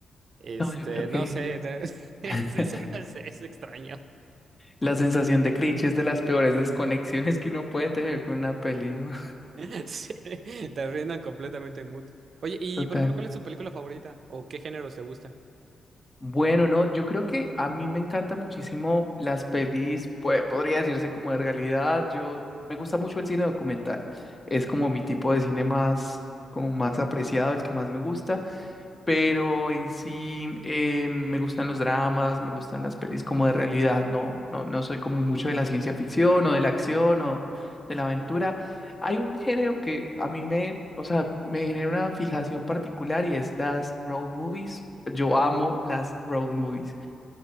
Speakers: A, on the right; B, on the left.
A: Este,
B: No, yo creo que
A: no sé, <laughs> es, es,
B: <laughs>
A: no sé, es extraño.
B: la sensación de cringe es de las peores desconexiones que uno puede tener con una peli, ¿no?
A: <laughs> Sí, te arruinan completamente en mood. Oye, y
B: <laughs> Total.
A: por ejemplo, ¿cuál es tu película favorita? ¿O qué géneros te gustan?
B: Bueno, no, yo creo que a mí me encantan muchísimo las pelis, pues, podría decirse como de realidad. Yo me gusta mucho el cine documental. Es como mi tipo de cine más, como más apreciado, el que más me gusta pero en sí eh, me gustan los dramas, me gustan las pelis como de realidad, no, no, no soy como mucho de la ciencia ficción o de la acción o de la aventura. Hay un género que a mí me, o sea, me genera una fijación particular y es las road movies. Yo amo las road movies.